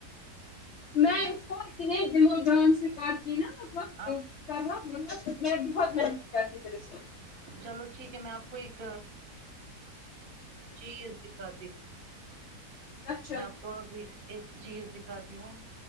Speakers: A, on the left (about 80°); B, on the right (about 45°).
A: میں اس کو اتنے دل و جان سے کرتی نا مطلب
B: آپ
A: بہت محنت کرتی پھر اس
B: چلو ٹھیک ہے میں آپ کو ایک چیز دکھاتی ہوں
A: اچھا
B: میں آپ کو ابھی ایک چیز دکھاتی ہوں